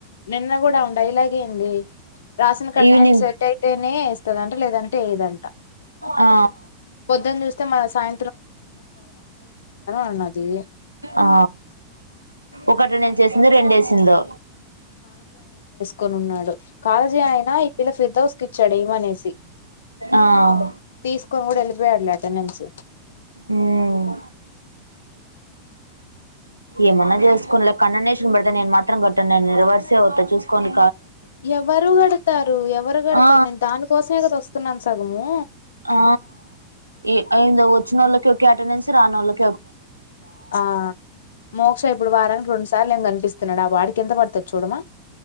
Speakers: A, on the left; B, on the right.
A: నిన్న కూడా ఉంటయి ఇలాగే ఉంది. రాసిన కంటెంట్
B: ఈవినింగ్
A: సెట్ అయితేనే ఇత్తదంట లేదంటె లేదంట.
B: ఆ
A: పొద్దున్ చుస్ థె మరి సాయ అన్నది
B: ఆ ఒకటి నేను చేసింది రెండ ఏసిందో
A: కొనున్నాడు కాలేజీ అయినా ఈ పిల్ల ఫిర్దౌస్కిచ్చాడు ఇమనేసి
B: ఆ
A: తీసుకొని కూడా వెళ్ళిపోయాడులే అటెనెన్స్
B: ఉమ్ ఏమన్నా చేసుకోనిలే కన్న నేషన్ బెడితె నెన్ మాత్రం కట్ నేను రివర్స్ఎ అవుతా చూసుకోని
A: ఎవరు పెడతారు ఎవరు పెడతారు
B: ఆ
A: నేను దానికోసమే కద వస్తున్నాను సు సగము
B: ఆ ఇ అయింద వచ్చినోళ్ళకి ఒకె అటెనెన్స్ రానోళ్ళక్
A: ఆ మోక్షం ఎప్పుడు వారానికి రొండు సార్లు అయింది నన్ని చూసి తిన్నాడా వాడికి ఎంత పడుతాది చూడమ్మ